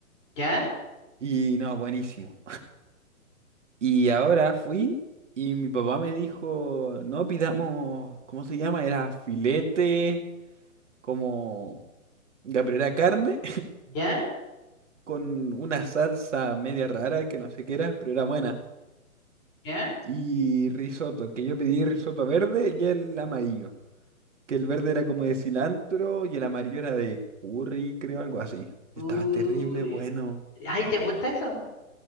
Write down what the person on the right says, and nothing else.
Y no, buenísimo. Y ahora fui y mi papá me dijo, no pidamos, ¿cómo se llama? Era filete, como ya pero era carne,
<laughs> con una salsa media rara que no sé qué era, pero era buena.
y risotto, que yo pedí risotto verde y el amarillo, que el verde era como de cilantro y el amarillo era de curry, creo, algo así. Y
Estaba terrible, bueno.